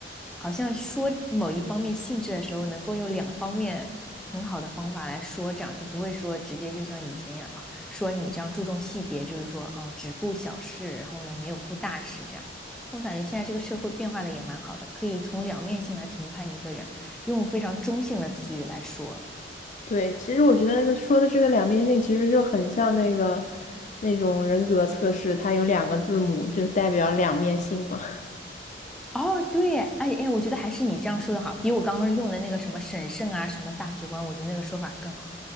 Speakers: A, in the centre; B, on the left.
A: 好像说某一方面性质的时候，能够用两方面很好的方法来说，这样就不会说直接就像以前一样啊，说你这样注重细节，就是说啊，只顾小事，然后呢没有顾大事这样。我感觉现在这个社会变化的也蛮好的，可以从两面性来评判一个人，用非常中性的词语来说。
B: 对。其实我觉得说的这个两面性，其实就很像那个那种人格测试，它有两个字母，就代表两面性嘛。
A: 哦，对，哎哎，我觉得还是你这样说的好，比我刚刚用的那个什么审慎啊、什么大局观，我觉得那个说法更好。